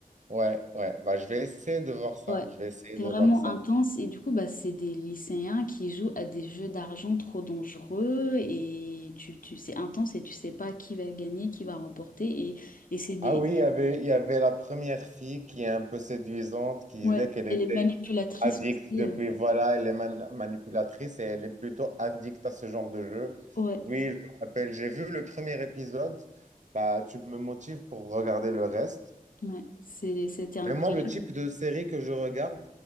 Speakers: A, on the right; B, on the left.
A: Ouais, ouais. Bah, je vais essayer de voir ça.
B: ouais
A: Je vais essayer
B: c'est
A: de
B: vraiment
A: voir ça.
B: intense et du coup bah c'est des lycéens qui jouent à des jeux d'argent trop dangereux et tu tu c'est intense et tu sais pas qui va gagner qui va remporter et et c'est des
A: Ah oui, il y avait, il y avait la première fille qui est un peu séduisante, qui disait
B: Ouais,
A: qu'elle était
B: et les manipulatrices
A: addicte
B: aussi.
A: depuis,
B: euh,
A: voilà, elle est man- manipulatrice et elle est plutôt addicte à ce genre de jeu.
B: ouais,
A: Oui, je me rappelle. J'ai vu le premier épisode. Bah, tu me motives pour regarder le reste.
B: ouais, c'est- c'était incroyable.
A: Mais moi, le type de série que je regarde,